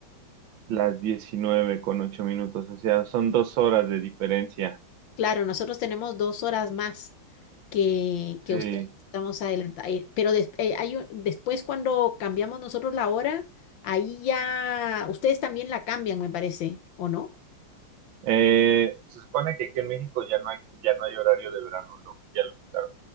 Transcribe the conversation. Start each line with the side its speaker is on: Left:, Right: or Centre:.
Right: Las diecinueve con ocho minutos, o sea, son dos horas de diferencia.
Left: Claro, nosotros tenemos dos horas más que, que
Right: Sí.
Left: ustedes estamos adelantados. Pero des- eh, hay un- después cuando cambiamos nosotros la hora, ahí ya ustedes también la cambian, me parece, ¿o no?
Right: Eh, se supone que aquí en México ya no hay, ya no hay horario de verano, ¿no? Ya lo quitaron.